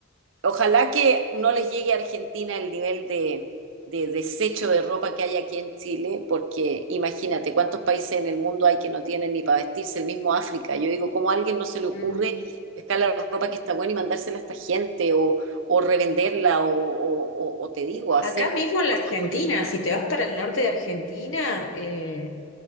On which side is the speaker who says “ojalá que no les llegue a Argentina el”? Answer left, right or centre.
Right